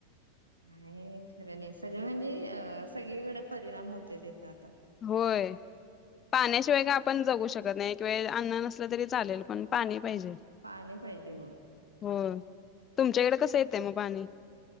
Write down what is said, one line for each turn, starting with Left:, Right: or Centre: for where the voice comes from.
Right: नाही खरं नाही सगळ म्हणजे अ सगळीकडे परिणाम होते त्याच्यात
Left: होय पाण्याशिवाय का आपण जगू शकत नाही एक वे अन्न नसलं तरी चालेल पण पाणी पाहिजे
Right: पाणी पाहिजे होय
Left: हो तुमच्याकडे कस येतय मग पाणी